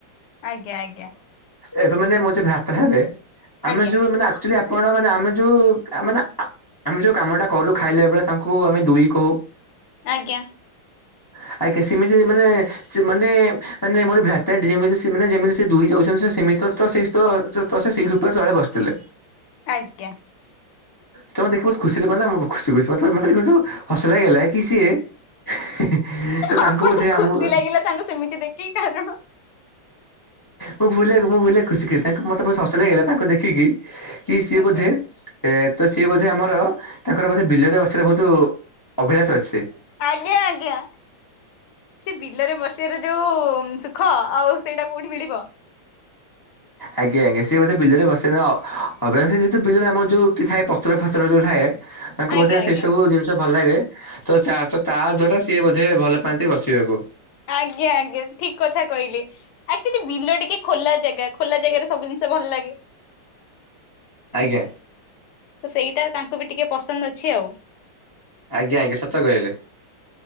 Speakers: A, on the left; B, on the left.
A: ଆଜ୍ଞା, ଆଜ୍ଞା,
B: ଏବେ ମାନେ, ମୋ ଯଉ ଭ୍ରାତା ହେବେ, ଆମେ
A: ଆଜ୍ଞା
B: ଯୋଉ ମାନେ ଅକ୍ଚ୍ୟୁଆଲି ଆ ଆପଣମାନେ ଆମେ ଯୋଉ ମାନେ ଆ ଆମେ ଯଉଁ କାମଟାକରୁ ଖାଇଲା ବେଳେ ତାଙ୍କୁ ଆମେ ଦୁଇ କହୁ।
A: ଆଜ୍ଞା,
B: <inaudible> ଆଜ୍ଞା ସେମିତି ମାନେ, ମାନେ, ମାନେ, ମୋର ଭ୍ରାତ ଯେମିତି, ଯେମିତି ସେ ଦୁଇ ଯାଉଛନ୍ତି ସେମିତି ତ ତ ସେଇତ ସେ ସେଇ ରୂପରେ ତଳେ ବସିଥିଲେ।
A: ଆଜ୍ଞା,
B: ତମେ ଦେଖି ବହୁତ ଖୁସିରେ କହିଲା ଖୁସି ଖୁସି ମତେ ଦେଖି ହସ ଲାଗିଲା କି ସିଏ <inaudible> ତ
A: ଆପଣଙ୍କୁ
B: ତାଙ୍କୁ ବୋଧେ
A: ଖୁସି
B: ଆମକୁ
A: ଲାଗିଲା ତାଙ୍କୁ ସେମିତି ଦେଖିକି କାରଣ
B: ମୁଁ ଭୁଲରେ ମୁଁ ଭୁଲରେ ଖୁସିକି ତାଙ୍କୁ ମତେ ବହୁତ ହସ ଲାଗିଲା ତାଙ୍କୁ ଦେଖିକି କି ସିଏ
A: ଆଜ୍ଞା
B: ବୋଧେ ଏ ତ ସିଏ ବୋଧେ ଆମର ତାଙ୍କର ବୋଧେ ବିଲରେ ବସିବାର ବହୁତ ଅଭିଳାଷ ଅଛି।
A: ଆଜ୍ଞା, ଆଜ୍ଞା, ସେ ବିଲରେ ବସିବାର ଯୋଉ ସୁ ଖ ଆଉ ସେଇଟା କେଁଉଠି ମିିଳିବ?
B: ଆଜ୍ଞା, ଆଜ୍ଞା, ସିଏ ବୋଧେ ବିଲରେ ବସେ ଅଭ୍ୟାସ ଅଛି ବିଲରେ ଆମ ଯୋଉ ଏ ପତ୍ର ଫତ୍ର ଯୋଉ ଥାଏ ତାଙ୍କୁ
A: ଆଜ୍ଞା
B: ବୋଧେ
A: ଆଜ୍ଞା
B: ସେଇ ସବୁ ଜିନିଷ ଭଲ ଲାଗେ ତ ତା ତ ତା ଦ୍ଵାରା ସିଏ ବୋଧେ ଭଲ ପାଆନ୍ତି ବସିବାକୁ।
A: ଆଜ୍ଞା, ଆଜ୍ଞା ଠିକ କଥା କହିଲେ ଆକଚୁଆଲି ବିଲ ଟିକେ ଖୋଲା ଜାଗା ଖୋଲା ଜାଗାରେ ସବୁ ଜିନିଷ ସେ ଭଲ ଲାଗେ।
B: ଆଜ୍ଞା
A: ତ ସେଇଟା ତାଙ୍କୁ ବି ଟିକେ ପସନ୍ଦ ଅଛି ଆଉ
B: ଆଜ୍ଞା, ଆଜ୍ଞା, ସତ କହିଲେ।